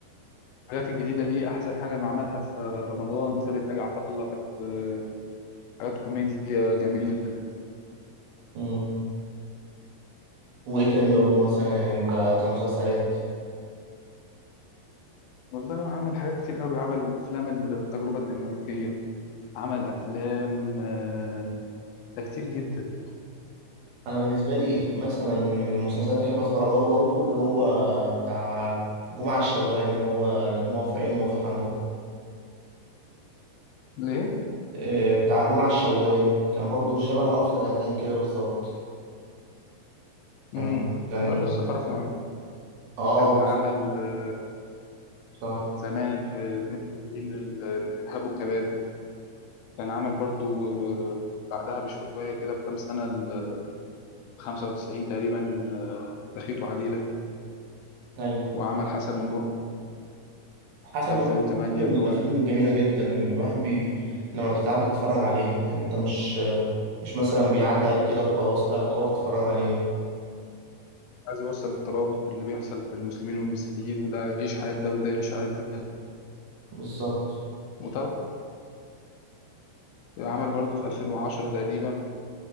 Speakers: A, on the left; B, on the right.
A: الجديدة ليه أحسن حاجة ما عملها في رمضان فرقة ناجي عطا الله كانت آه، حاجات كوميديا جميلة
B: مم. وايه تاني برضه مثلا يعني انت كمسلسلات
A: والله هو عمل حاجات كتير قوي عمل أفلام التجربة الدنماركية عمل أفلام آه، ده كتير جدا
B: انا بالنسبه لي مثلا من المسلسلات احب اتفرج له برضو اللي هو بتاع جمعه الشوان اللي هو دموع في عيون وقحنه
A: ليه؟
B: إيه، بتاع جمعه الشوان كان برضو شبه رأفت الهجان كده بالظبط
A: مم.
B: كان كان
A: برضه السفارة في العمر
B: اه
A: كان عمل آه،
B: صح
A: زمان في 72 ال- الإرهاب والكباب كان عمل برضو آه، بعدها بشوية كده بكام سنة ال 95 تقريبا آه، بخيت وعديلة
B: ايوه
A: وعمل حسن ومرقص
B: حسن
A: في
B: ومرقص
A: 2008
B: دي من
A: اللي
B: الافلام
A: هو
B: الجميله جدا اللي الواحد بي... لما بتتعب بتتفرج عليها يعني انت مش مش مثلا بيعدي عليك كده وخلاص لا بتقعد تتفرج عليه
A: عايز يوصل الترابط اللي بيحصل في المسلمين والمسيحيين وده يعيش حياة ده وده يعيش حياة ده
B: بالظبط
A: وطبعا عمل برضو في 2010 تقريبا